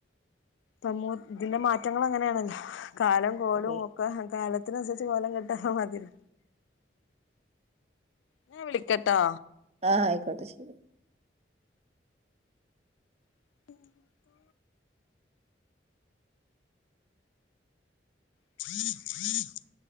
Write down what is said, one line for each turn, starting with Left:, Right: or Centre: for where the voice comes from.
Left: സമൂഹ <unintelligible> ഇതിന്റെ മാറ്റങ്ങള് അങ്ങനെയാണല്ലോ. കാലം കോലും
Right: അതെ
Left: ഒക്കെ കാല <inaudible> അതിനനുസരിച്ച് കോലം കെട്ടാ ഹാ മാതിരി. ഞാ വിളിക്കട്ടോ.
Right: ആഹ്, അയിക്കോട്ടെ. ശരി.
Left: <inaudible> <unintelligible> <unintelligible>